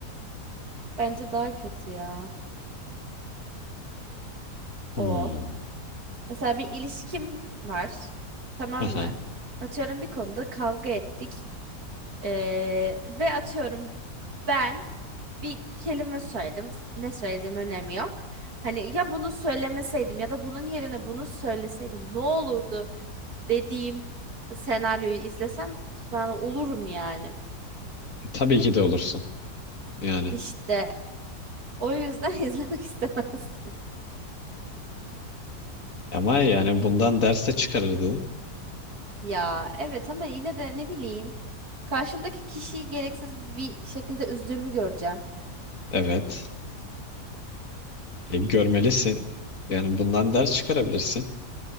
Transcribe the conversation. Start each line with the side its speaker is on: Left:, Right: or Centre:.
Right: Bence daha kötü ya.
Left: Hmm.
Right: O. Mesela bir ilişkim var. Tamam
Left: Aha.
Right: mı? Atıyorum bir konuda kavga ettik. Ee, ve atıyorum ben bir kelime söyledim. Ne söylediğim önemi yok. Hani ya bunu söylemeseydim ya da bunun yerine bunu söyleseydim ne olurdu dediğim senaryoyu izlesem ben olurum yani.
Left: Tabii ki de olursun. Yani.
Right: İşte o yüzden <laughs> izlemek istemezdim.
Left: Ama yani bundan ders de çıkarırdın.
Right: Ya evet ama yine de ne bileyim. Karşımdaki kişiyi gereksiz bir şekilde üzdüğümü göreceğim.
Left: Evet. E, görmelisin. Yani bundan ders çıkarabilirsin.